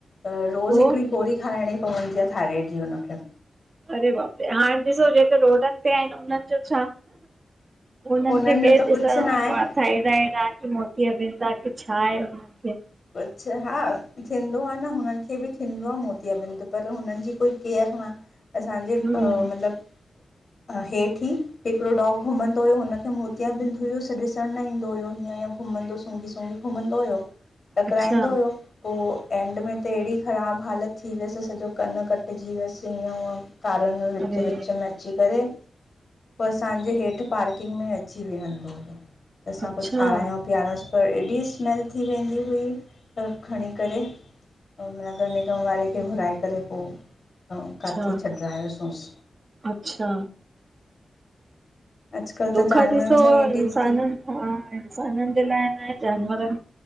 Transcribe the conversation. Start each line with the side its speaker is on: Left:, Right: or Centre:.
Left: त रोज़
Right: पो
Left: हिकिड़ी गोरी खाराइणी पवंदी आहे थाइराइड जी हुनखे।
Right: अरे बाप रे हाणे ॾिसो जेको रोडन ते आहिन उन्हन जो छा? हुनन
Left: उन्हनि
Right: खे
Left: जो
Right: केर
Left: त कुझु
Right: ॾिसण
Left: न
Right: वारो
Left: आहे
Right: वा। थैरोइड आ की मोतीअबिंद बाकी छा आहे हुनन खे?
Left: कुछ हा थींदो आ न हुनन खे बि थींदो आ मोतियाबंद पर हुनन जी कोई केयर न। असांजे
Right: हम्म
Left: मतलब हेठ ई। हिकिड़ो डॉग घुमंदो हुयो हुनखे मोटियाबिंद हुयो स ॾिसण न ईंदो हुयो हीअं घुमंदो सूंघी सुूंघी। घुमंदो हुओ टकराईंदो
Right: अच्छा,
Left: हुयो। पो एंड में त एहदी ख़राब हालत थी वियस सॼो कन कट्जी वियस ईअं हअ। कारण व विच
Right: अरे!
Left: विच मे। अची करे पो असांजे हेठ पार्किंग में अची वेहंदो हुयो। त असां
Right: अच्छा,
Left: कुच खारायूं पीआरूंसपर एॾी स्मैल थी वेंदी हुई त खणी करे। नगर निगम वारे खे घुराए करे पो
Right: अच्छा,
Left: काथे छॾायो सूंस।
Right: अच्छा।
Left: अॼुकल्ह
Right: दुख
Left: त जानवरनि
Right: ॾिसो
Left: सां ई एॾी
Right: इंसान्ंनखां
Left: थी
Right: इंसानन जे लाइ न जानवरन।